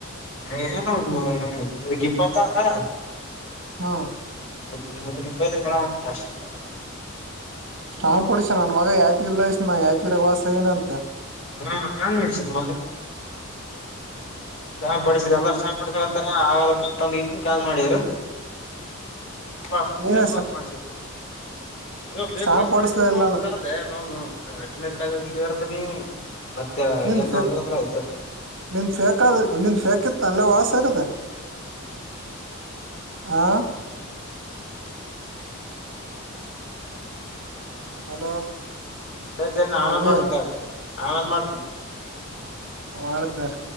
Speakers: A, on the left; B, on the right.
A: ಏನು ಅದಕ್ಕೆ ಇಪ್ಪತಾನಾ.
B: ಹಾ.
A: ಒಂದುೂರು ರೂಪಾಯಿದ್ರ ಮೇಡಮ್ ಲಾಸ್ಟಿಕ್.
B: ಸ್ಟಾ ಪಡಸ ನನ್ ಮಗ ಯಾತಿ ಇರ್ಲ್ಲ ಇ ನ ಯಾತಿರಾಗ ವಾಸವನ ಅಂತ.
A: ಹಾ ನಾನ್ ನೋಡಿಸಿದ್ನ ಶ್ರಮಯ ಪಡಿಸ್ರಿ ಎಲ್ಲಾರ ಶ್ರಯ ಪಡಿಸಕಂತ ಆಗಲ್ಲಪ್ಪ ತಂದ ಕೆಲ್ಸ ಮಾಡಿದ್ರರು.
B: <unintelligible>
A: ಪ
B: ನೀನ
A: ಶೇಪಸ್ ಮಾಡಿಸಿ. ನೀ ಫೇಕ್
B: ಸ್ಟಾಂಪ್
A: ಬಸ್
B: ಹೊಡಸ್ಲ
A: ಮಾಡಿದೀರ್ನ
B: ಇಲ್ಲ
A: ಅಂತ
B: ಅಂದ್ರ
A: ಬಾದ್ಲೇ ನ್ನು ನಾ ವೆಟನರಿ ಕಾಲೇಜ್ದ ಇರ್ತೀನಿ. ಮತ್ತೆ
B: ನಿಂದ
A: ಏನ್ ಅಂದ್ರ ಅಂದ್ರ ಆಯ್ತು
B: ನಿಂದ ೇಕಾದ ನಿ. ಶೇಕ ತಲ್ಲ ವಾಸ ಸರಿದ ಹಾ. ಹಲೋ.
A: ಸರಿ ಸರಿ ನಮೇಂದ
B: ಅಬಿ
A: ಮಾಡ್ತ ಆಮೇಂದ ಮಾಡ್ತನ.
B: ಅವಳದನಾರ.